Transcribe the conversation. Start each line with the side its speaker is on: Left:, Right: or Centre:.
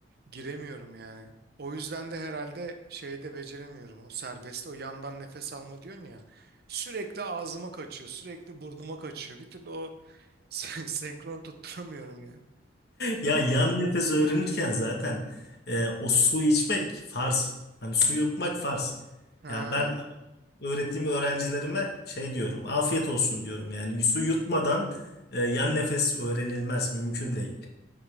Right: giremiyorum yani. O yüzden de herhalde şeyde beceremiyorum o serbest o yandan nefes alma diyorsun ya. Sürekli ağzıma kaçıyor, sürekli burnuma kaçıyor. Bir türlü o <laughs> sen- senkronu tutturamıyorum yani.
Left: Ya yan nefes öğrenirken zaten e, o su içmek farz. Hani su yutmak farz.
Right: Ha,
Left: Yani ben öğrettiğim öğrencilerime şey diyorum. Afiyet olsun diyorum. Yani su yutmadan e, yan nefes öğrenilmez. Mümkün değil.